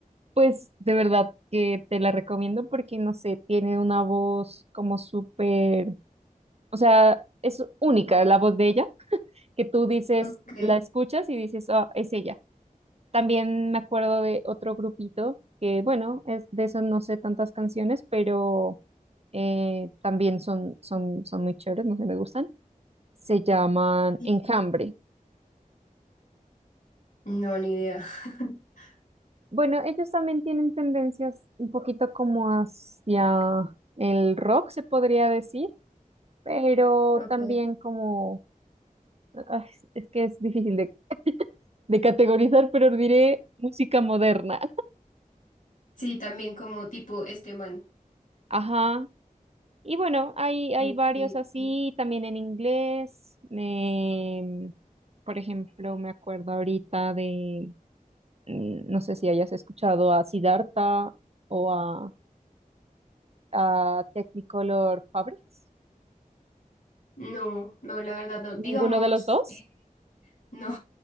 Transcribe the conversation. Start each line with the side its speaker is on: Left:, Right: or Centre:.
Right: Pues de verdad que te la recomiendo porque, no sé, tiene una voz como súper, o sea, es única la voz de ella, que tú dices,
Left: Ok.
Right: la escuchas y dices, ah, es ella. También me acuerdo de otro grupito que, bueno, es, de eso no sé tantas canciones, pero eh, también son, son, son muy chéveres, no sé, me gustan. se llaman
Left: Sí.
Right: enjambre.
Left: No, ni idea. <laughs>
Right: Bueno, ellos también tienen tendencias un poquito como hacia el rock, se podría decir, pero
Left: Ok.
Right: también como, ay, es que es difícil de, <laughs> de categorizar, pero diré música moderna.
Left: Sí, también como tipo este man.
Right: Ajá. Y bueno, hay, hay
Left: Ok.
Right: varios así, también en inglés. em, por ejemplo, me acuerdo ahorita de, mm, no sé si hayas escuchado a Siddhartha o a ah, Technicolor Fabrics.
Left: No, no, la verdad no. Digamos,
Right: ¿Ninguno de los dos?
Left: eh, <laughs> no.